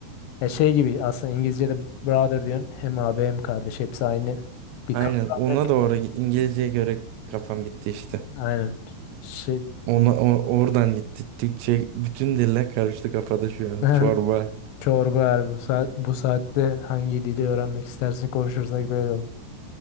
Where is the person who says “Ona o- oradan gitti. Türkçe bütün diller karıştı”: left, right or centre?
Right